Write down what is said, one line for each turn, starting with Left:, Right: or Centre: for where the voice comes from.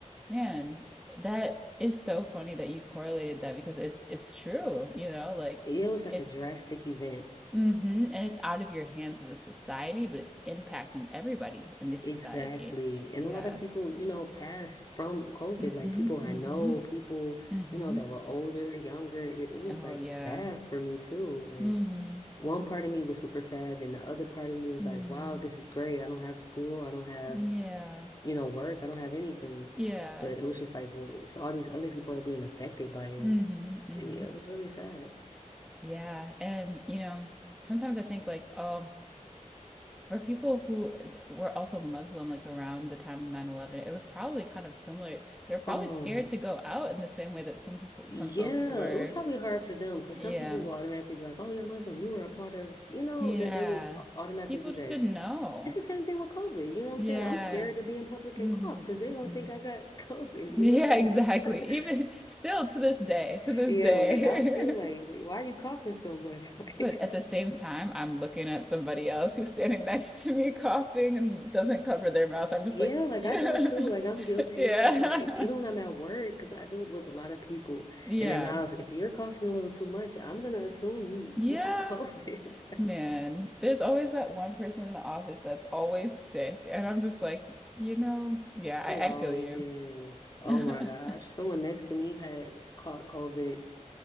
Centre: Man, that is so funny that you correlated that because it's it's true, you know, like
Left: It was like
Centre: it's
Left: a drastic event.
Centre: mm-hmm, and it's out of your hands as a society, but it's impacting everybody in this
Left: Exactly.
Centre: society.
Left: And
Centre: Yeah.
Left: a lot of people, you know, passed from COVID.
Centre: Mm-hmm.
Left: Like people I
Centre: Mm-hmm.
Left: know, people,
Centre: Mm-hmm.
Left: you know, that were older, younger. It, it was
Centre: Oh
Left: like
Centre: yeah.
Left: sad for me too. Like
Centre: Mm-hmm.
Left: one part of me was super sad, and the other part of me was
Centre: Mm-hmm.
Left: like, wow, this is great. I don't have school. I don't have,
Centre: Yeah.
Left: you know, work. I don't have anything.
Centre: Yeah.
Left: But it was just like, well, so all these other people are being affected by it.
Centre: Mm-hmm. Mm-hmm.
Left: It, it was really sad.
Centre: Yeah. And you know, sometimes I think like, oh, for people who were also Muslim, like around the time of nine eleven, it was probably kind of similar. They were probably
Left: Oh.
Centre: scared to go out in the same way that some people,
Left: Yeah,
Centre: some folks were.
Left: it was probably hard for them because
Centre: Yeah.
Left: some people will automatically be like, "Oh, you're Muslim. You were a part of," you know,
Centre: Yeah.
Left: that they would au- automatically
Centre: People
Left: do
Centre: just
Left: that.
Centre: didn't know.
Left: It's the same thing with COVID. You know what
Centre: Yeah.
Left: I'm saying? I'm scared to be in public
Centre: Mm-hmm.
Left: and cough because they
Centre: Mm-hmm.
Left: gonna think I got <laughs> COVID.
Centre: Yeah,
Left: You know,
Centre: exactly.
Left: like
Centre: Even <laughs> still to this day,
Left: <laughs>
Centre: to this
Left: yeah,
Centre: day.
Left: like I was still like,
Centre: <laughs>
Left: "Why why are you coughing so much?" <laughs> Like
Centre: But at the same time, I'm looking at somebody else who's standing next to me coughing and doesn't cover their mouth. I'm just
Left: yeah,
Centre: like,
Left: like
Centre: yeah,
Left: I do it too. Like I'm
Centre: <laughs>
Left: guilty.
Centre: yeah.
Left: Like even when I'm at work, because I deal with a lot of people,
Centre: <laughs> Yeah,
Left: and then I was, if you're coughing a little too much, I'm gonna assume you
Centre: Yeah,
Left: you got <laughs> COVID.
Centre: man. There's always that one person in the office that's always sick, and I'm just like, you know, yeah, I,
Left: It always
Centre: I feel you.
Left: is. Oh
Centre: <laughs>
Left: my gosh. Someone next to me had caught COVID